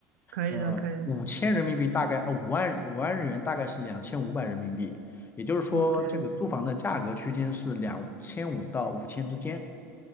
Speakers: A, on the right (about 80°); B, on the left (about 25°).
A: 可以的可以的
B: 呃，五千人民币大概，呃，五万五万日元大概是两千五百人民币，也就是说，
A: ，OK。
B: 这个租房的价格区间是两千五到五千之间。